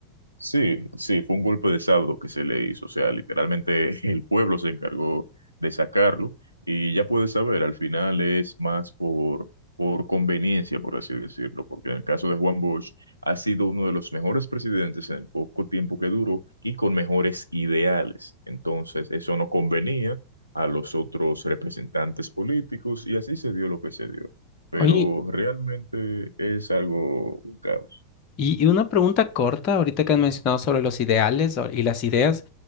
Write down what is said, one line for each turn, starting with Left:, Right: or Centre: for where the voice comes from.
Right: Sí, sí, fue un golpe de estado que se le hizo, o sea, literalmente <laughs> el pueblo se encargó de sacarlo y ya puedes saber, al final es más por, por conveniencia, por así decirlo, porque en el caso de Juan Bosch ha sido uno de los mejores presidentes en el poco tiempo que duró y con mejores ideales, entonces eso no convenía a los otros representantes políticos y así se dio lo que se dio, pero
Left: Oye,
Right: realmente es algo, un caos.
Left: y, y una pregunta corta, ahorita que has mencionado sobre los ideales o- y las ideas,